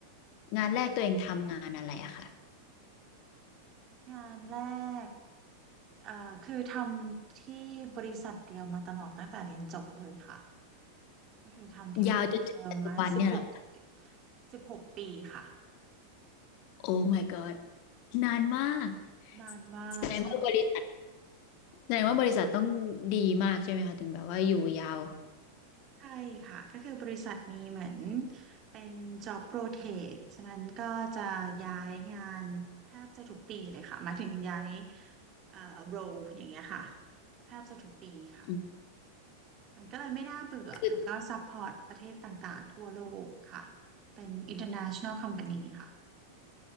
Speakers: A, on the left (about 45°); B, on the right (about 30°).
A: งานแรกตัวเองทำงานอะไรอะค่ะ
B: งานแรกเอ่อคือทำที่บริษัทเดียวมาตลอดตั้งแต่เรียนจบเลยค่ะก็คือทำที่บริษัทเดียวมาสิบหก
A: ยาวจนถึงปัจจุบันเนี่ยเหรอคะ
B: สิบหกปีค่ะ
A: โอ้ my god นานมาก
B: นานมากใช่
A: แสดงว่าบริษัทแสดงว่าบริษัทต้องดีมากใช่ไหมคะถึงแบบว่าอยู่ยาว
B: ใช่ค่ะก็คือบริษัทนี้เหมือนเป็น job rotate ฉะนั้นก็จะย้ายงานแทบจะทุกปีเลยค่ะหมายถึงย้ายเอ่อ role อย่างเงี้ยค่ะแทบจะทุกปีค่ะ
A: อืม
B: มันก็เลยไม่น่าเบื่อแล้วก็
A: คือ
B: support ประเทศต่างๆทั่วโลกค่ะเป็น international company ค่ะ